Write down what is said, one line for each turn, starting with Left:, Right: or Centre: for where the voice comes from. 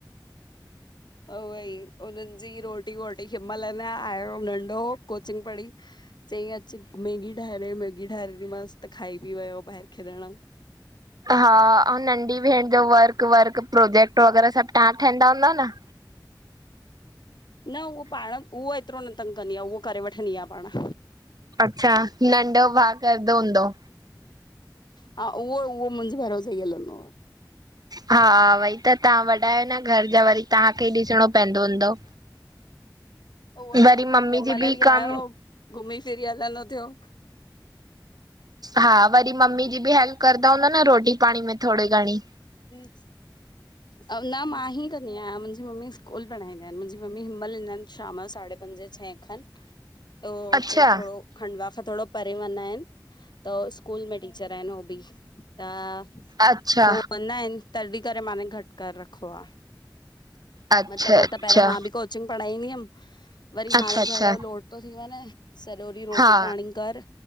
Left: उहो ई उननि जी रोटी वोटी हिन मल न आयो नंढो कोचिंग पढ़ी चईं अचु मैगी ठाहेे ॾे मैगी ठाहे ॾिनी मांस त खाई बि वयो ॿाहिर खेॾण।
Right: हा ऐं नंढी भेण जो वर्क, वर्क प्रोजेक्ट वग़ैरह सभ तव्हां ठाहंदा हूंदव न?
Left: न उहो पाण उहो एतिरो न तंग कंदी आ, उहो करे वठंदी आहे पाण।
Right: अच्छा नंढो भा करदो हूंदो?
Left: हा उहो उहो मुंजे भरोसो ही हलंदो।
Right: हा, वई त तव्हां वॾायो न घर जा वरी तव्हांखे खे ही ॾिसणो पईंदो हूंदो।
Left: उहो ही
Right: वरी
Left: न
Right: मम्मी
Left: हिमल
Right: जी
Left: बि
Right: कम
Left: आयो घुमी फिरी हलंदो थियो।
Right: हा वरी मम्मी जी बि हेल्प कंदा हूंदा न रोटी पाणी में थोरी
Left: <inaudible>
Right: घणी?
Left: न मां ही कंॾी आहियां मुंहिंजी मम्मी स्कूल पढ़ाईंदा आहिनि मुंहिंजी मम्मी हिमल ईंदा आहिनि शाम जो साढे पंजे छहे खन त उते
Right: अच्छा।
Left: थोरो खंडवा खां थोरो परे वेञा आहिनि त स्कूल में टीचर आहिनि उहो बि। त
Right: अच्छा
Left: हो कंदा आहिनि तॾहिं करे माने घटि करे रखो आ।
Right: अच्छा
Left: मतलब न
Right: अच्छा
Left: त पहिरियों मां बि कोचिंग पढ़ाईंदी हुयमि, वरी
Right: अच्छा
Left: हाणे
Right: अच्छा
Left: घर जो लोड थी वञे। सॼो ॾींहुं रोटी
Right: हा।
Left: पाणी कर